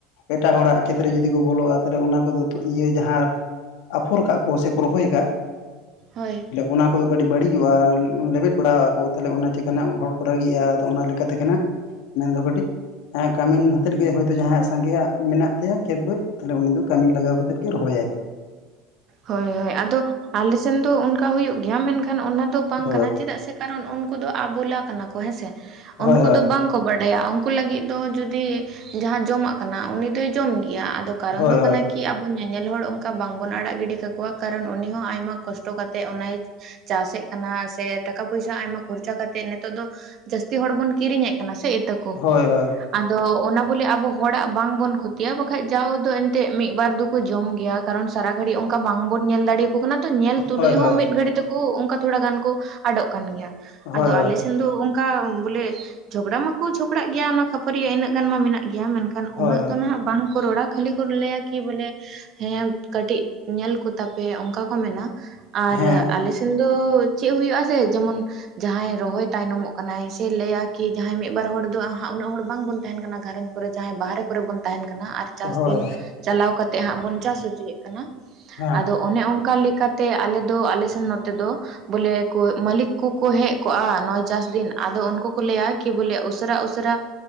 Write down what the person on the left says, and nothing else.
ᱮᱴᱟᱜ ᱦᱚᱲᱟᱜ ᱠᱷᱮᱛᱨᱮ ᱡᱩᱫᱤ ᱠᱚ ᱵᱚᱞᱚᱜᱼᱟ ᱛᱟᱦᱚᱞᱮ ᱚᱱᱟ ᱠᱚᱫᱚ ᱤᱭᱟᱹ ᱡᱟᱦᱟᱸ ᱟᱯᱷᱚᱨ ᱠᱟᱜ ᱠᱚ ᱥᱮᱠᱚ ᱨᱚᱦᱚᱭ ᱠᱟᱜ
ᱚᱱᱟ ᱠᱚᱫᱚ ᱠᱟᱹᱴᱤᱡ ᱵᱟᱹᱲᱤᱡᱚᱜ-ᱟ ᱞᱮᱵᱮᱫ ᱵᱟᱲᱟᱣᱟᱜ ᱟᱠᱚ ᱛᱟᱦᱚᱞᱮ ᱚᱱᱟ ᱪᱤᱠᱠᱟ ᱦᱚᱲ ᱠᱚ ᱨᱟᱹᱜᱤᱜ-ᱟ ᱟᱫᱚ ᱚᱱᱟ ᱞᱮᱠᱟ ᱛᱮᱜᱮ ᱱᱟᱜ ᱢᱮᱱᱫᱚ ᱠᱟᱹᱴᱤᱡ ᱮ ᱠᱟᱢᱤᱱ ᱦᱚᱛᱮᱫ ᱜᱮ ᱦᱳᱭᱛᱳ ᱡᱟᱦᱟᱸ ᱥᱟᱸᱜᱮᱭᱟᱜ ᱢᱮᱱᱟᱜ ᱛᱟᱭᱟ ᱠᱷᱮᱛ ᱵᱟᱹᱫᱽ ᱛᱟᱦᱚᱞᱮ ᱩᱱᱤ ᱫᱚ ᱠᱟᱹᱢᱤᱱ ᱞᱟᱜᱟᱣ ᱠᱟᱛᱮᱫ ᱜᱮ ᱨᱚᱦᱚᱭᱟᱭ᱾
ᱦᱳᱭ
ᱦᱳᱭ
ᱦᱳᱭ
ᱦᱳᱭ
ᱦᱳᱭ ᱦᱳᱭ
ᱦᱳᱭ ᱦᱳᱭ
ᱦᱳᱭ
ᱦᱳᱭ ᱦᱳᱭ
ᱦᱳᱭ
ᱦᱮᱸ
ᱦᱳᱭ
ᱦᱮᱸ